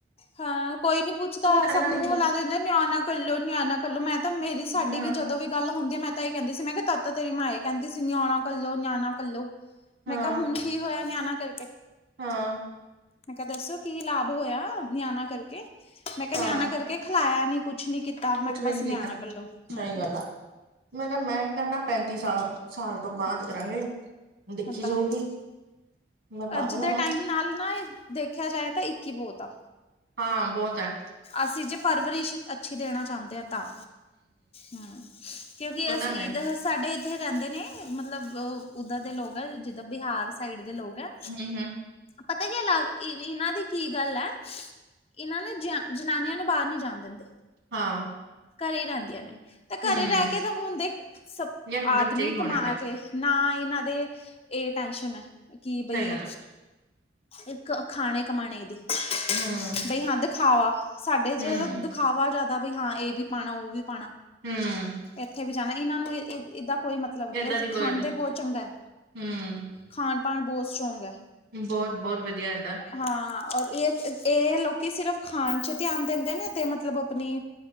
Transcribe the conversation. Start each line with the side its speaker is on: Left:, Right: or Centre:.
Left: ਹਾਂ ਕੋਈ ਨੀ ਪੁੱਛਦਾ
Right: ਤੂੰ ਤਾਂ
Left: ਸਭ
Right: ਕਰਾਏਂਗੀ
Left: ਮੂੰਹ ਹਿਲਾ ਦਿੰਦੇ ਨੇ ਨਿਆਣਾ ਕਰਲੋ ਨਿਆਣਾ ਕਲੋ ਮੈਂ ਤਾਂ ਮੇਰੀ ਸਾਡੀ
Right: ਹਾਂ
Left: ਵੀ ਜਦੋਂ ਵੀ ਗੱਲ ਹੁੰਦੀ ਹੈ ਮੈਂ ਤਾਂ ਇਹ ਕਹਿੰਦੀ ਸੀ ਮੈਂ ਕਿਹਾ ਤੱਤ ਤੇਰੀ ਮਾਂ ਇਹ ਕਹਿੰਦੀ ਸੀ ਨਿਆਣਾ ਕੱਲੋ ਨਿਆਣਾ ਕੱਲੋ
Right: ਹਾਂ
Left: ਮੈਂ ਕਿਹਾ ਹੁਣ ਕੀ ਹੋਇਆ ਨਿਆਣਾ ਕਰਕੇ
Right: ਹਾਂ
Left: ਮੈਂ ਕਿਹਾ ਦੱਸੋ ਕੀ ਲਾਭ ਹੋਇਆ ਨਿਆਣਾ ਕਰਕੇ ਮੈਂ ਕਿਹਾ
Right: ਹਾਂ
Left: ਨਿਆਣਾ ਕਰ ਕੇ ਖਿਲਾਇਆ ਨੀ ਕੁਛ ਨੀ ਕੀਤਾ ਮੈਂ
Right: ਕੁਛ
Left: ਕਿਹਾ
Right: ਵੀ
Left: ਬਸ
Right: ਨੀ
Left: ਨਿਆਣਾ
Right: ਕੀਤਾ
Left: ਕੱਲੋ ਹਮ।
Right: ਸਹੀ ਗੱਲ ਆ ਮੈਂ ਕਿਹਾ ਮੈਂ ਨੀ ਕਰਨਾ ਪੈਂਤੀ ਸਾਲਾਂ ਸਾਲ ਤੋਂ ਬਾਅਦ
Left: ਹਾਂ
Right: ਕਰਾਂਗੇ ਦੇਖੀ
Left: ਉਹ ਤਾਂ
Right: ਜਾਊਗੀ।
Left: ਹੈ ਹੀ
Right: ਮੈਂ ਪਾਗਲ
Left: ਅੱਜ ਦੇ
Right: ਹੋਣਾ
Left: ਟਾਈਮ ਨਾਲ ਨਾ ਇਹ ਦੇਖਿਆ ਜਾਏ ਤਾਂ ਇੱਕ ਹੀ ਬਹੁਤ ਆ।
Right: ਹਾਂ ਬਹੁਤ ਹੈ।
Left: ਅਸੀਂ ਜੇ ਪਰਵਰਿਸ਼ ਅੱਛੀ ਦੇਣਾ ਚਾਹੁੰਦੇ ਹਾਂ ਤਾਂ ਹਮ ਕਿਉਂਕਿ
Right: ਉਹ
Left: ਅਸੀਂ
Right: ਤਾਂ ਹੈ
Left: ਈਦ ਸਾਡੇ ਇੱਥੇ ਰਹਿੰਦੇ ਨੇ ਮਤਲਬ ਓਹ ਉੱਧਰ ਦੇ ਲੋਕ ਹੈ ਜਿੱਦਾਂ ਬਿਹਾਰ ਸਾਈਡ ਦੇ ਲੋਕ ਹੈ
Right: ਹਮ - ਹਮ
Left: ਪਤਾ ਕੀ ਅਲਗ ਅੱਗ ਇਹਨਾਂ ਦੀ ਕੀ ਗੱਲ ਹੈ ਇਹਨਾਂ ਨੇ ਜਾ ਜਨਾਨੀਆਂ ਨੂੰ ਬਾਹਰ ਨੀ ਜਾਣ ਦਿੰਦੇ।
Right: ਹਾਂ-
Left: ਘਰੇ ਰਹਿੰਦੀਆਂ ਨੇ ਤੇ
Right: ਹਮ
Left: ਘਰੇ ਰਹਿ ਕੇ ਤਾਂ ਹੁਣ ਦੇਖ ਸਬ
Right: ਯਾਰ
Left: ਆਦਮੀ
Right: ਬੱਚੇ ਹੀ ਹੋਣੇ
Left: ਕਮਾ
Right: ਫਿਰ
Left: ਕੇ ਨਾ ਇਹਨਾਂ ਦੇ ਇਹ ਟੈਸ਼ਨ ਹੈ ਕਿ ਬਈ
Right: ਸਹੀ ਗੱਲ ਆ
Left: ਇੱਕ ਖਾਣੇ ਕਮਾਣੇ ਦੀ
Right: ਹਮ
Left: ਬਈ ਹਾਂ ਦਿਖਾਵਾ ਸਾਡੇ ਚ
Right: ਹਮ
Left: ਦਿਖਾਵਾ ਜ਼ਿਆਦਾ ਬਈ ਹਾਂ ਇਹ ਵੀ ਪਾਣਾ ਉਹ ਵੀ ਪਾਣਾ
Right: ਹਮ
Left: ਇੱਥੇ ਵੀ ਜਾਣਾ ਇਹਨਾਂ ਨੂੰ ਈ ਇਹਦਾ ਕੋਈ ਮਤਲਬ ਨਹੀ
Right: ਏਦਾਂ
Left: ਇਹ
Right: ਦੀ
Left: ਖਾਂਦੇ
Right: ਕੋਈ
Left: ਬਹੁਤ ਚੰਗਾ ਹੈ।
Right: ਹਮ
Left: ਖਾਣ -ਪਾਣ ਬਹੁਤ ਸਟਰੋਂਗ ਹੈ।
Right: ਬਹੁਤ -ਬਹੁਤ ਵਧੀਆ ਅਹਿੰਦਾ।
Left: ਹਾਂ ਔਰ ਇਕ ਇਹ ਲੋਕੀ ਸਿਰਫ਼ ਖਾਣ ਚ ਧਿਆਨ ਦਿੰਦੇ ਨੇ ਤੇ ਮਤਲਬ ਆਪਣੀ